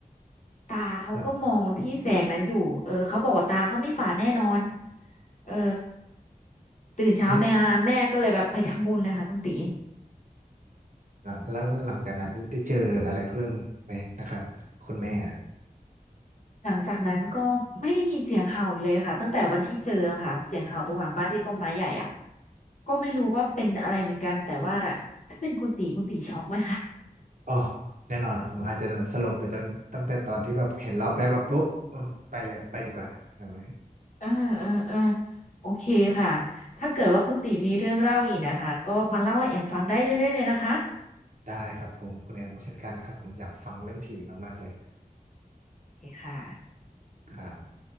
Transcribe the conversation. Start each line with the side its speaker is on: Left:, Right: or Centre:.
Left: ตาเขาก็มองที่แสงนั้นอยู่เออเขาบอกว่าตาเขาไม่ฝาดแน่นอน
Right: อ่ะ
Left: เออตื่นเช้าแม่แม่ก็เลยแบบไปทำบุญเลยค่ะคุณตี
Right: นี่หลังแล้วหลังจากนั้นได้เจออะไรเพิ่มไหมนะครับคุณแม่อะ
Left: หลังจากนั้นก็ไม่ได้ยินเสียงเห่าอีกเลยค่ะตั้งแต่วันที่เจอค่ะเสียงเห่าตรงหลังบ้านที่ต้นไม้ใหญ่อ่ะก็ไม่รู้ว่าเป็นอะไรเหมือนกันแต่ว่าถ้าเป็นคุณตีคุณตีช็อกไหมคะ
Right: อ๋อแน่นอนนะผมอาจจะสลบไปตั้งตั้งแต่ตอนที่แบบเห็นรอบแรกแบบปุ๊บอืมไปเลยไปดีกว่าครับ
Left: เออเออเออโอเคค่ะถ้าเกิดว่าคุณตีมีเรื่องเล่าอีกนะคะก็มาเล่าให้แอมฟังได้เรื่อยๆเลยนะคะ
Right: ได้ครับผมคุณแอมก็เช่นกันนะครับผมอยากฟังเรื่องผีมากๆเลย
Left: โอเคค่ะ
Right: ครับ